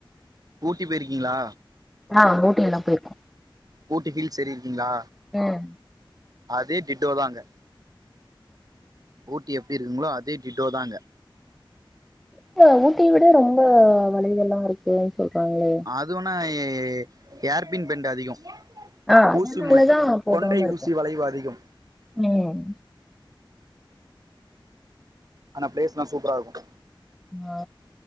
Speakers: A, on the right; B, in the centre.
A: ஊட்டி போயிருக்கீங்களா
B: ஆ ஊட்டியல்லா போயிர்க்கோ
A: ஊட்டி ஹில்ஸ் ஏரிருக்கீங்ளா
B: ம்
A: அதே டிட்டோ தா அங்க ஊட்டி எப்டி இருக்குங்களோ அதே டிட்டோ தா அங்க
B: இல்ல ஊட்டிய விட ரொம்ப வலைவுகல்லா இருக்குன் சொல்றாங்களே
A: அதிகொன்னா ஏ ஏர்பின் பெண்ட் அதிகொ
B: ஆ அதனாலதா
A: ஊசி முனை
B: போகாம
A: கொண்டை
B: இருக்கோ
A: ஊசி வளைவு அதிகம்
B: ம்
A: ஆனா பிளேஸ்ல்லா சூப்பரா இருக்கு
B: ஆ